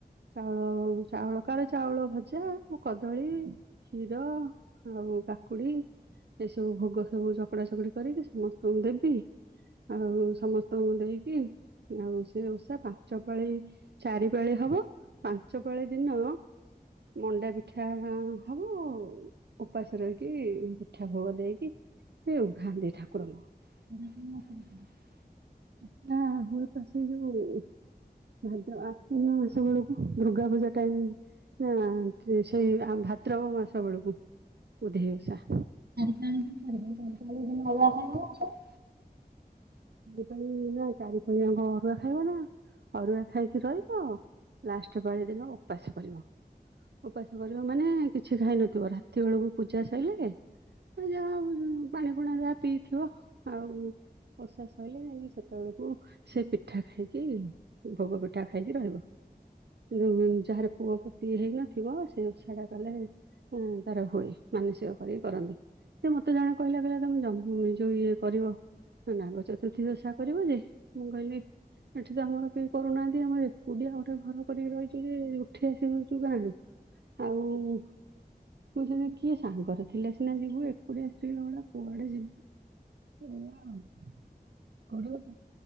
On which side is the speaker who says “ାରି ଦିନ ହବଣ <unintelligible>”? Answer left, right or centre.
Right